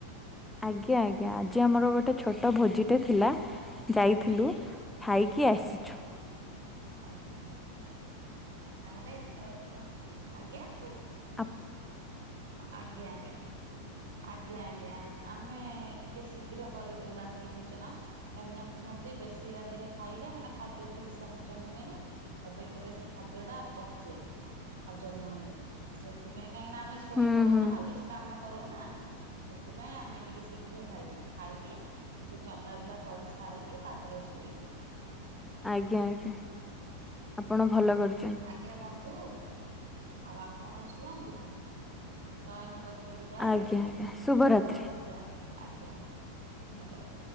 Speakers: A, in the centre; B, on the right (about 60°).
A: ଆଜ୍ଞା, ଆଜ୍ଞା ଆଜି ଆମର ଗୋଟେ ଛୋଟ ଭୋଜି ଟେ ଥିଲା। ଯାଇଥିଲୁ
B: ଆଜ୍ଞା।
A: ଖାଇକି
B: ଆଜ୍ଞା
A: ଆସିଛୁ।
B: ଆଜ୍ଞା। ତାହେଲେ ଏଥରକ, ଆଜ୍ଞା
A: ଆପ
B: ଆଜ୍ଞା, ଆଜ୍ଞା, ଆଜ୍ଞା ଆମେ ଟି କେ ଶୀଘ୍ର କରିଦଉ ରାତ୍ରି ଭୋଜନ। କାହିଁକିନା କୁହନ୍ତି ବେଶୀ ରାତିରେ ଖାଇଲେ ମାନେ ଖାଦ୍ୟ ଠିକ ସେ ହଜମ ହୁଏନି। ଆଉ ପେଟରେ ସେ ଖାଦ୍ୟ ଟା ପଚେ ହଜମ ନ ହେଇକି। ଅ, ସେଥିପାଇଁ କାହିଁକିନା ଆମେ ଶୋଇ
A: ହୁଁ
B: ପଡୁନା
A: ହୁଁ
B: ଆଉ କିଛି କାମ କରୁନା। ସେଥିପାଇଁ ଆମେ ଟିକେ ଶୀଘ୍ର ଖାଇଦଉ। ଖାଇକି ଟିକେ ଚଲାବୁଲା କରି ସାରିକି ତାପରେ ଶୋଇ
A: ଆଜ୍ଞା, ଆଜ୍ଞା ଆପଣ ଭଲ କରି
B: ଆଜ୍ଞା ବନ୍ଧୁ ଆଉ ଆପଣ ଶୁଅନ୍ତୁ। ଶୟନ କ କ୍ଷକୁ ଯାଇ
A: ଆଜ୍ଞା ଆଜ୍ଞା ଶୁଭରାତ୍ରି।
B: ଭଲ ନିଦ୍ରା ଆଜ୍ଞା ଧନ୍ୟବାଦ।